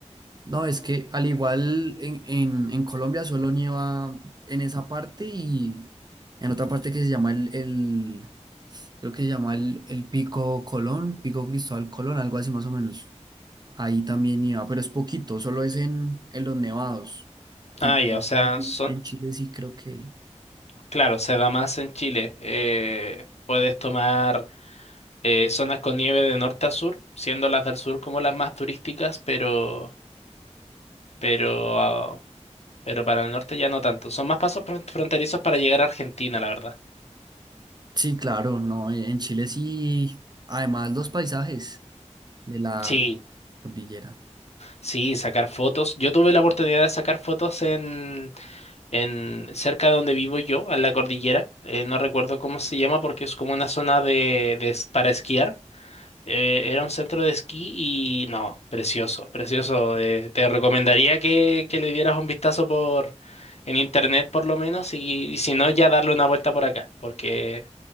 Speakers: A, on the right; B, on the left.
A: No, es que al igual en, en, en Colombia solo nieva en esa parte y en otra parte que se llama el, creo que se llama el, el Pico Colón, Pico Cristóbal Colón, algo así más o menos. Ahí también iba, pero es poquito, solo es en, en los nevados. En,
B: Ah, ya, o sea, son,
A: en Chile sí creo que...
B: claro, se da más en Chile. eh, puedes tomar... eh, zonas con nieve de norte a sur, siendo las del sur como las más turísticas, pero, pero, ah, pero para el norte ya no tanto. Son más pasos fron- fronterizos para llegar a Argentina, la verdad.
A: Sí, claro, no, eh, en Chile sí, además los paisajes de la
B: Sí,
A: cordillera.
B: sí, sacar fotos. Yo tuve la oportunidad de sacar fotos en, en cerca de donde vivo yo, en la cordillera. Eh, no recuerdo cómo se llama porque es como una zona de, de es- para esquiar. Eh, era un centro de esquí y no, precioso, precioso. Eh, te recomendaría que, que le dieras un vistazo por en internet por lo menos y, y si no ya darle una vuelta por acá, porque